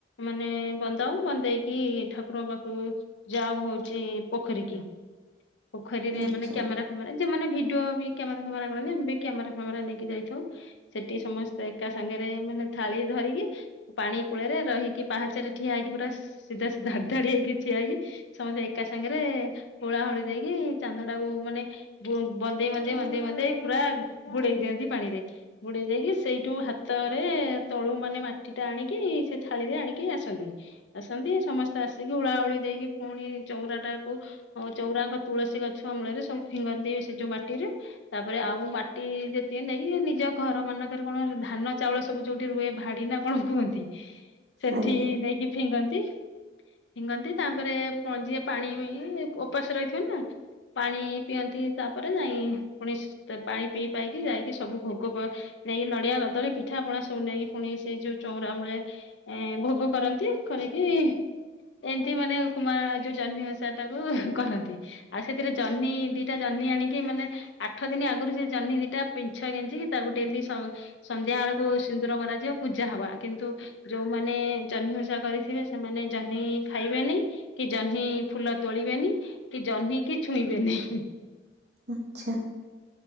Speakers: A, on the left; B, on the right.
A: ମାନେ ବନ୍ଦାଉ ବନ୍ଦେଇକି ଠାକୁରଙ୍କ ପାଖକୁ ଯାଉ ହଉଛି ପୋଖରୀ କି ପୋଖରୀରେ
B: ଆଚ୍ଛା
A: ମାନେ କ୍ୟାମେରା ଯେଉଁମାନେ ଭିଡ଼ିଓ ବି କ୍ୟାମେରା ଫ୍ୟାମେରା କରନ୍ତି, ଆମେ ବି କ୍ୟାମେର ଫ୍ୟାମେରା ନେଇକି ଯାଇଥାଉ। ସେଠି ସମସ୍ତେ ଏକା ସାଙ୍ଗରେ ମାନେ ଥାଳି ଧରିକି ପାଣି କୂଳରେ ରହିକି ପାହାଚାରେ ଠିଆ ହେଇକି ପୁର ସିଧା ଧାଡି ଧାଡି ହେଇକି ଠିଆ ହେଇକି ସମସ୍ତେ ଏକା ସାଙ୍ଗରେ ହୁଳା ହୋଳି ଦେଇକି ଚାନ୍ଦ ଟାକୁ ମାନେ ବନ୍ଦେଇ ବନ୍ଦେଇ ବନ୍ଦେଇ ବନ୍ଦେଇ ପୁରା ବୁଡେଇ ଦିଅନ୍ତି ପାଣିରେ। ବୁଡେଇ ଦେଇକି ସେଇଠୁ ହାତରେ ତଳୁ ମାନେ ମାଟି ଟା ଆଣିକି ସେ ଥାଳିରେ ଆଣିକି ଆସନ୍ତି ଆସନ୍ତି ସମସ୍ତେ ଆସିକି ଉଳାଉଳି ଦେଇକି ପୁଣି ଚଉରା ଟାକୁ ଆଉ ଚଉରାଙ୍କ ତୁଳସୀ ଗଛ ମୂଳରେ ସବୁ ଫିଙ୍ଗନ୍ତି ସେ ଯୋଉ ମାଟିରେ। ତାପରେ ଆଉ ମାଟି ଯେତିକି ନେଇକି ନିଜ ଘର ମାନଙ୍କରେ କଣ ଧାନ ଚାଉଳ ସବୁ ଯୋଉଠି ରୁହେ ଭାଡି ନା କଣ କୁହନ୍ତି? ସେଠି
B: ଆଜ୍ଞା
A: ନେଇକି ଫିଙ୍ଗନ୍ତି। ଫିଙ୍ଗନ୍ତି ତାପରେ ପ ଯିଏ ପାଣି ଉପାସ ରହିଥିବ ନା। ପାଣି ପିଅନ୍ତି ତାପରେ ଯାଇ ପୁଣି ପାଣି ପିଇ ପାଇକି ଯାଇକି ସବୁ ଭୋଗ ନେଇକି ନଡିଆ, କଦଳୀ, ପିଠା, ପଣା ସବୁ ନେଇକି ପୁଣି ସେଇ ଯୋଉ ଚଉଁରା ମୂଳେ ଏ ଭୋଗ କରନ୍ତି, କରିକି ଏମିତି ମାନେ କୁମା ଯୋଉ ଜହ୍ନିିବ ଓସା ଟାକୁ କରନ୍ତି। ଆଉ ସେଥିରେ ଜହ୍ନି ଦିଟା ଜହ୍ନି ଆଣିକି ମାନେ ଆଠ ଦିନ ଆଗରୁ ସେ ଜହ୍ନି ଦିଟା ପିଛ କେଜିିକ ତାକୁ ଡେଲି ସ ସନ୍ଧ୍ୟା ବେଳକୁ ସିନ୍ଦୁର ମାରା ଯିବ ପୂଜା ହବ। କିନ୍ତୁ ଯୋଉମାନେ ଜହ୍ନି ଓଷା କରିଥିବେ ସେମାନେ ଜହ୍ନି ଖାଇବେନି। କି ଜହ୍ନି ଫୁଲ ତୋଳିବେନି କି ଜହ୍ନି କି ଛୁଇଁବେନି।
B: ଆଚ୍ଛା।